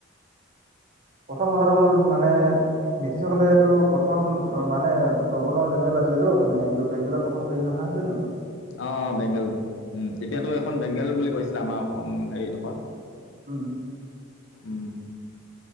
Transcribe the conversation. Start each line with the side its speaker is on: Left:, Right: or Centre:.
Right: প্ৰথম কথাটো হ'ল মানে, ব্ৰিটিছসকলে, এইটো প্ৰথম মানে গগৰ্ণ জন আছিলে ত, মানেন্ত বংগলৰ প্ৰথম হেৰি নহা আছিলে ন। বস্তুটো
Left: অ, বেংগল উম, তেতিয়াতো
Right: অ,
Left: এখন বেংগল বুলি কৈছিলে আমাৰ অসম হেৰিডোখৰ।
Right: উম।
Left: উ,